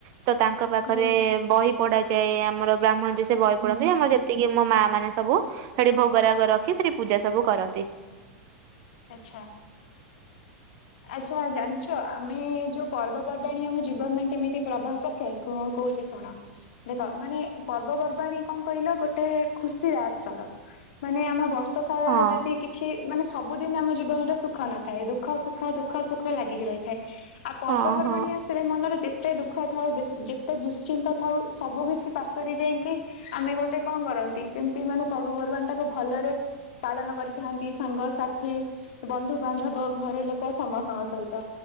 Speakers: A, on the right; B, on the left.
A: ତ ତାଙ୍କ ପାଖରେ
B: ହୁଁ
A: ବହି ପଢା ଯାଏ। ଆମର ବ୍ରାହ୍ମଣ ଯେ ସେ ବହି ପଢନ୍ତି। ଆମର ଯେତିକି ମୋ ମା ମାନେ ସବୁ ସେଠି ଭୋଗରାଗ ର ରଖି ସେଠି ପୂଜା ସବୁ କରନ୍ତି।
B: ଆଚ୍ଛା।
A: <unintelligible>
B: ଆଚ୍ଛା। ଜାଣିଚ ଆମେ ଯୋଉ ପର୍ବପର୍ବାଣି ଆମ ଜୀବନରେ କେମିତି ପ୍ରଭାବ ପକ୍ ଥାଏ, କଣ କହୁଚି ଶୁଣ। ଦେଖ ମାନେ ପର୍ବପର୍ବାଣୀ କଣ କହିଲ, ଗୋଟେ ଖୁସିର ଆସର। ମାନେ ଆମ ବର୍ଷ ସାରା
A: ହଁ
B: ଯଦି କିଛି ମାନେ ସ ବୁଦ୍ଧିମାନର ଜୀବନଟା ସୁଖ ନ ଥାଏ। ଦୁଃଖ ସୁଖ ଦୁଃଖ ସୁଖ ଲାଗି କି ରହିଥାଏ। ଥାଏ। ଆଉ ପର୍ବପର୍ବାଣି
A: ହଁ ହଁ
B: ଆସ୍ ସେ ମନରେ ଯେତେ ଦୁଃଖ ଥାଉ ଯେ-ଯେତେ ଦୁଶ୍ଚିନ୍ତା ଥାଉ, ସବୁ କିଛି ପାସୋରି ଯାଇଙ୍କି ଆମେ ଗୋଟେ କଣ କରନ୍ତି, କେମତି ମାନେ ପର୍ବପର୍ବାଣିଟାକୁ ଭଲରେ ପାଳନ କରିଥାନ୍ତି। ସାଙ୍ଗସା ଥି, ବନ୍ଧୁବାନ୍ଧବ, ଘର ଲୋକ ସମସ୍ତଙ୍କ ସହିତ।